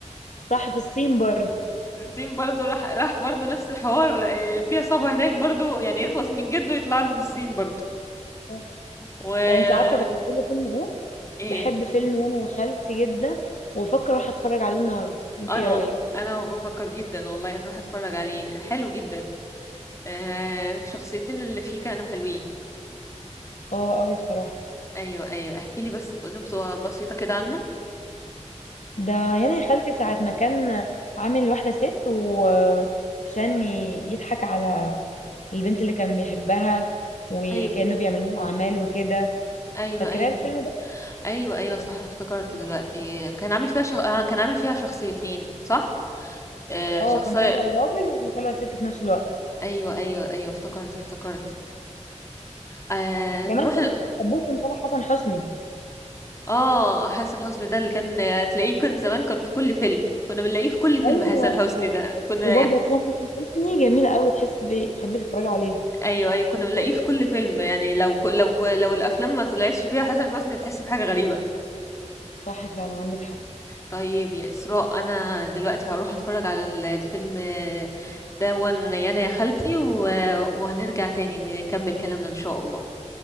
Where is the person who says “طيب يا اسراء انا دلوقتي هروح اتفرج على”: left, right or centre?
Left